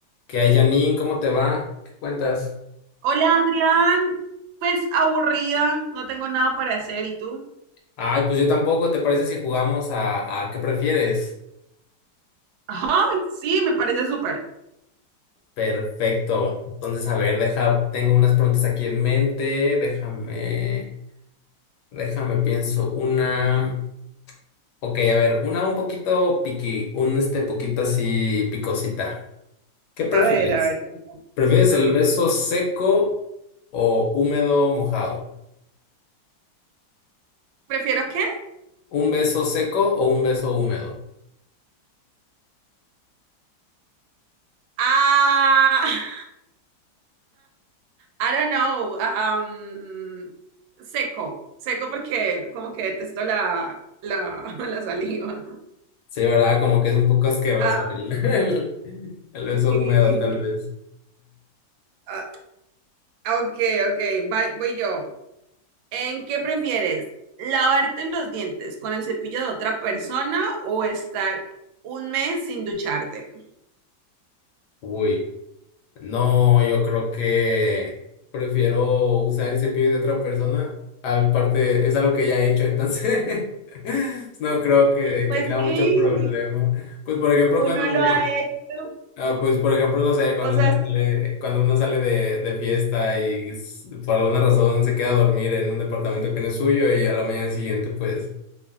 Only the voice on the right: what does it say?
Hola Adrián, pues aburrida, no tengo nada para hacer, ¿y tú?
Ay, sí, me parece súper.
A ver, a ver. cuéntame.
Mm,
¿Prefiero qué?
Ah, <laughs> I don't know. um, seco, seco porque como que detesto la, la, <laughs> la saliva.
Ah,
sí.
Ah, ok, ok, va- voy yo. ¿En qué prefieres? ¿Lavarte los dientes con el cepillo de otra persona o estar un mes sin ducharte?
Pues
sí,
uno
lo
ha hecho.
O sea,
sí,